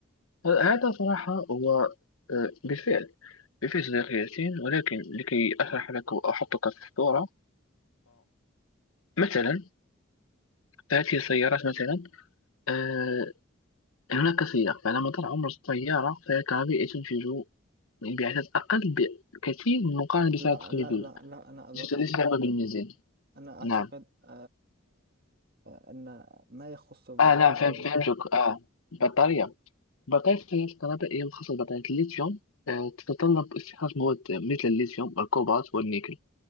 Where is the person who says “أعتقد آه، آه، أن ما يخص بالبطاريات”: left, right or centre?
Right